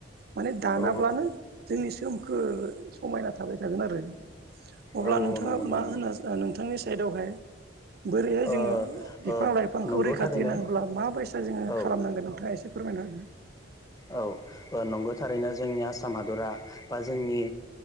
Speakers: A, on the right; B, on the left.
A: मान दानाब्लानो
B: औ
A: जोंनि खोर समायना थाबाय थागोन आरो। अब्ला
B: औ
A: नोंथाङा
B: नंगौ नोंथां
A: मा
B: नंगौ
A: होनो नोंथांनि साइदआवहाय बोरैहाय जोङो
B: ओ
A: बिफां
B: ओ
A: लाइफांखौ
B: नंगौ
A: रैखाथि
B: थारैनो
A: होनांगौब्ला माबायसा जोङो
B: औ
A: खालामनांगोन नोंथाङा एसे फोरमानाहोदो।
B: औ नंगौ थारैनो जोंनि आसाम हादरा बा जोंनि